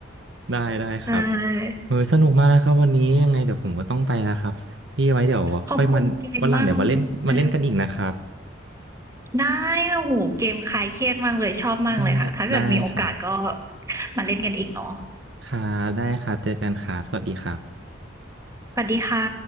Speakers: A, on the right; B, on the right.
A: ได้ได้ครับ
B: ใช่
A: เออสนุกมากนะครับวันนี้ยังไงเดี๋ยวผมก็ต้องไปแล้วครับพี่ไว้เดี๋ยวค่อยมาวันหลังเดี๋ยวมาเล่นมาเล่นกันอีกนะครับ
B: ขอบคุณเกมมากนะได้โอ้โฮเกมคลายเครียดมากเลยชอบมากเลยค่ะถ้าเกิดมีโอกาสก็
A: ได้ได้ครับ
B: มาเล่นกันอีกเนาะ
A: ครับได้ครับเจอกันครับสวัสดีครับ
B: สวัสดีค่ะ